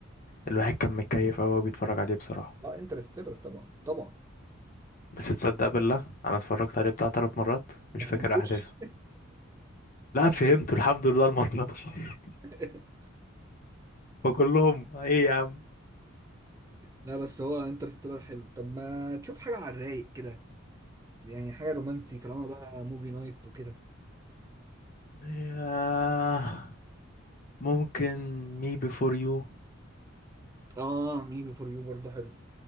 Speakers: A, on the left; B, on the right.
A: الواحد كان متكيف أوي وهو بيتفرج عليه بصراحه
B: اه انترستيلر طبعا طبعا
A: بس تصدق بالله انا اتفرجت عليه بتاع ثلاث مرات مش
B: ما
A: فاكر
B: فهمتوش
A: احداثه لا فهمته الحمد لله المره دي <laughs>
B: <laughs>
A: وكلهم ايه يا عم
B: لا بس هو انترستيلر حلو طب ما تشوف حاجة على الرايق كده يعني حاجة رومانسي طالما بقى موفي نايت وكده
A: ياه. ممكن مي بيفور يو
B: اه مي بي فور يو برضه حلو